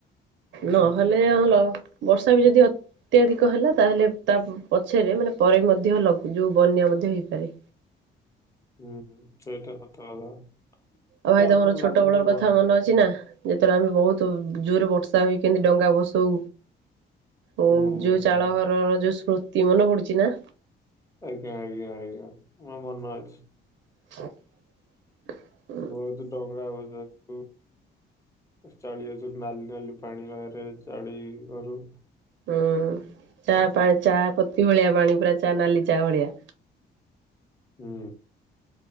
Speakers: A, on the left (about 15°); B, on the right (about 70°).
A: ହୁଁ
B: ନହେଲେ ଭଲ ବର୍ଷା ବି ଯଦି ଅ ଅତ୍ୟାଧିକ ହେଲା ତାହେଲେ ତା ପଛରେ ମାନେ ପରେ ମଧ୍ୟ ଲଘୁ ଯୋଉ ବନ୍ୟା ମଧ୍ୟ ହେଇପାରେ।
A: ଉଁ ହୁଁ ସେଇଟା ସତ କଥା।
B: ଆଉ ଭାଇ
A: ତ ଆପଣଙ୍କୁ
B: ତମର ଛୋଟ
A: ଲାଗୁନି
B: ବେଳର
A: ଏ
B: କଥା
A: ବ
B: ମନେ ଅଛି ନା ଯେତେବେଳେ ଆମେ ବହୁତ୍ ତ ଜୋରେ ବର୍ଷା ହୁଏ କେମିତି ଡଙ୍ଗା ଭସଉ। ଓଁ
A: ହୁଁ ହୁଁ
B: ଯୋଉ ଚାଳ
A: ହୁଁ
B: ଘରର ଯୋଉ ସ୍ମୃତି ମନେ ପଡୁଛି ନା।
A: ଆଜ୍ଞା ଆଜ୍ଞା ଆଜ୍ଞା ମୋ ମନେ ଅଛି ‌।
B: <inaudible>
A: ବହୁତୁ ଡଙ୍ଗା ଭସଉଚୁ। ଚାଳିଆ ଯୋଉ ନାଲି ନାଲି ପାଣି ବାହାରେ ଚାଳି ଘରୁ।
B: ହୁଁ ଚା ପାଣି ଚା ପତି ଭଳିଆ ପାଣି ପୁରା ଚା ନାଲି ଚା ଭଳିଆ।
A: ହୁଁ।